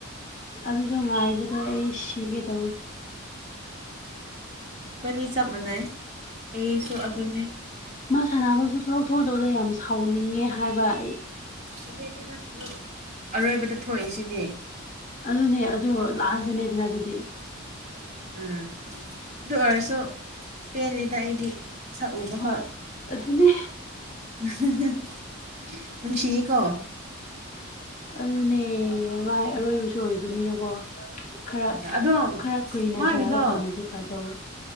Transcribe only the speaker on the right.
ꯕꯅꯤ ꯆꯞ ꯃꯥꯟꯅꯩ ꯑꯩꯁꯨ ꯑꯗꯨꯅꯦ
<unintelligible> ꯑꯔꯣꯏꯕꯗ ꯊꯣꯛꯏꯁꯤꯗꯤ
ꯎꯝ ꯑꯗꯨ ꯑꯣꯏꯔꯁꯨ ꯄꯦꯜꯂꯤꯗ ꯑꯩꯗꯤ ꯁꯛꯎꯕꯐꯣ
<unintelligible> ꯅꯨꯡꯁꯤꯌꯦꯀꯣ
ꯎꯝ ꯑꯗꯣ
ꯃꯥꯒꯤꯗꯣ